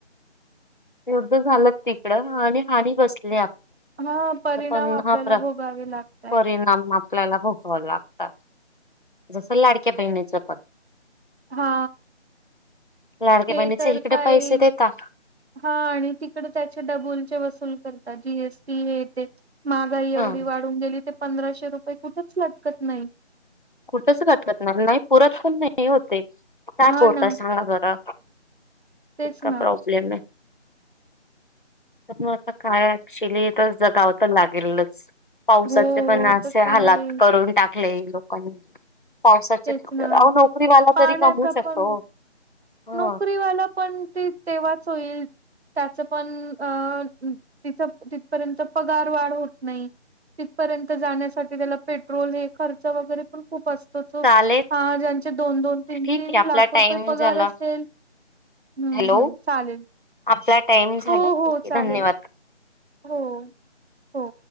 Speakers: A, on the left; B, on the right.
A: एध झालंच तिकड आणि हानी बसली.
B: हा परिणाम
A: पण
B: आपल्याला
A: ह प्र.
B: भोगावे लागताय.
A: काम आपल्याला भोगावं लागतात जस लाडक्या बहिणीचं पण.
B: हा
A: लाडक्या
B: ते
A: बहिणीचे
B: तर
A: इकडे
B: काय.
A: पैसे देतात
B: हा आणि तिकड त्याचे डबलचे वसूल करतात जीएसटी हे ते. मागाई एवढी
A: ह
B: वाढून गेली ते पंधराशे रुपये कुठेच लटकत नाही.
A: कुठच वाटकत नाही नाही पुरत पण नाही होते काय
B: हा
A: कोरता
B: ना
A: सांगा बरं.
B: तेच
A: इका
B: ना
A: प्रॉब्लेम आहे. तर मग आता काय ऍक्च्युली तर जगाव तर लागेलच. पावसाचे
B: हो
A: पण
B: हो.
A: असे
B: तर काय
A: हालात करून टाकले लोकांनी पावसाच
B: तेच ना
A: अ नोकरी वाला
B: पाण्याचा
A: तरी कमवू शकतो
B: पण
A: ह
B: नोकरीवाला पण ते तेव्हाच होईल त्याच पण अ तिथ तिथपर्यंत पगार वाढ होत नाही तिथपर्यंत जाण्यासाठी त्याला पेट्रोल हे खर्च वगैरे पण. खूप असतो तो
A: चालेल
B: हा ज्यांचे दोन दोन तीन
A: ठीक
B: तीन
A: आहे आपला
B: लाख
A: टाइम
B: रुपये पगार
A: झाला
B: असत. तेल हम्
A: हॅलो
B: हम्म चालेल.
A: आपला टाईम झाला
B: हो
A: ठीक
B: हो
A: आहे
B: चालेल
A: धन्यवाद.
B: हो हो.